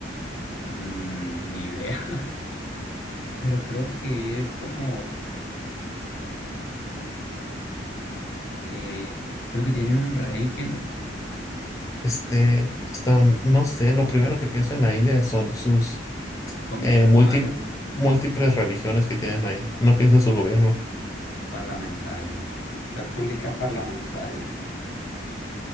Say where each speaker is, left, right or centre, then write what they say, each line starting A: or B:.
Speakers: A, on the left; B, on the left.
A: mm, ni idea. <laughs> Pero creo que es como... No sé, oye. Creo que tienen un rey que no. con
B: Este, hasta un- no sé, lo primero que pienso en la India son sus
A: Comidas
B: eh, multi-
A: malas, ¿no?
B: múltiples religiones que tienen ahí. No pienso en su gobierno.
A: Parlamentaria. República Parlamentaria.